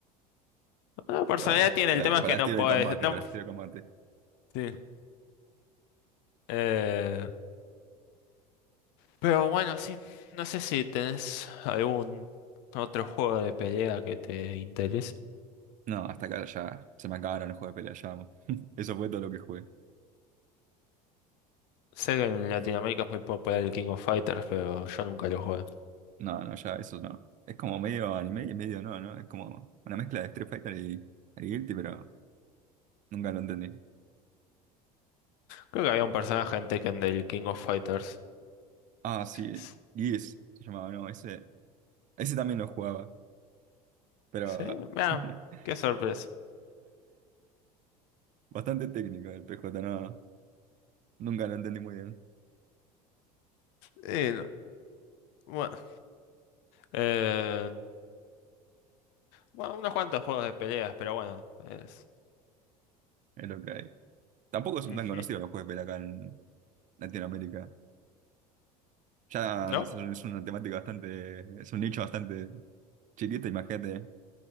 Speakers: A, on the left; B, on the right.
A: No, personalidad
B: para,
A: tiene,
B: para,
A: el tema
B: para
A: es que
B: estilo
A: no puedes...
B: de combate,
A: No,
B: para estilo de combate.
A: sí. Eh, Pero bueno, sí. No sé si tenés algún otro juego de pelea que te interese.
B: No, hasta acá ya se me acabaron los juegos de pelea, ya. <laughs> Eso fue todo lo que jugué.
A: Sé que en Latinoamérica es muy popular el King of Fighters, pero yo nunca lo jugué.
B: No, no, ya, eso no. Es como medio anime y medio no, ¿no? Es como una mezcla de Street Fighter y, y Guilty, pero nunca lo entendí.
A: Creo que había un personaje en Tekken del King of Fighters.
B: Ah, sí,
A: S-
B: Gears se llamaba, no, ese. Ese también lo jugaba, pero
A: Sí, mira,
B: <laughs>
A: qué sorpresa.
B: bastante técnico el P PJ, no, nunca lo entendí muy bien.
A: Y, bueno, eh, bueno, unos cuantos juegos de peleas, pero bueno, es...
B: Es lo que hay. Tampoco son
A: Ujú,
B: tan conocidos los juegos de pelea acá en Latinoamérica. Ya
A: ¿No?
B: es un- es una temática bastante, es un nicho bastante chiquito, imagínate,